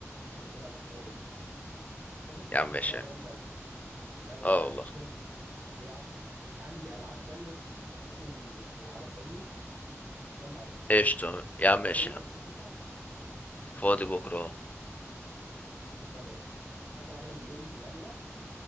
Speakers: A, on the right; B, on the left.
A: فكره محكمه جدا بس الصراحه
B: يا عم
A: كانت
B: ماشي
A: لعبه
B: يعني.
A: جامده قوي كانت لعبه ممتعه
B: اه والله
A: جدا فظيعه وعندي العاب تانية ممكن نلعبها فاهمني لما اقابلك
B: قشطه يا عم ماشي
A: فاضي بكره
B: يا عم
A: كده نقعد؟
B: فاضي بكره
A: خلاص يا باشا الساعه 7 كده بالليل نقابل بعض